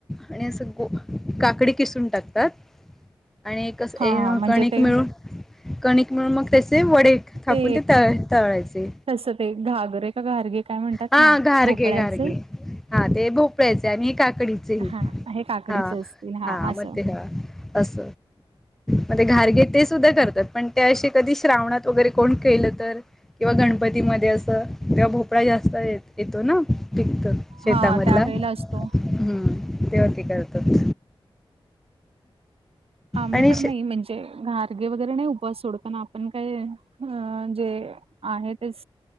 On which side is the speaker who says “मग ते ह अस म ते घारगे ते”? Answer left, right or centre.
Centre